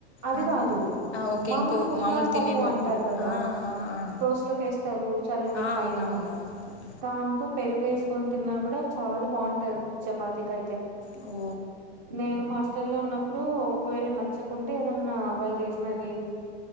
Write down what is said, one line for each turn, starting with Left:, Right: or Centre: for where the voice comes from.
Right: అది
Left: ఆ,
Right: కాదు
Left: ఆ, ఓకే
Right: మామూలు
Left: ఇంకో
Right: పుట్నలు పప్పు
Left: తినే పప్పులు
Right: అంటారు కదా
Left: ఆ ఆ ఆ
Right: దోశలకేస్తారు చల్లని
Left: ఆ
Right: పైన
Left: అవునవునవునవును
Right: అ దానితో పెరుగు వేసుకొని తిన్నా కూడా చాలా బాగుంటది చపాతికి అయితే
Left: ఓ
Right: నేను హాస్టల్ లో ఉన్నప్పుడు ఒకవేళ నచ్చకుంటే ఏదన్నా వాళ్ళు చేసినది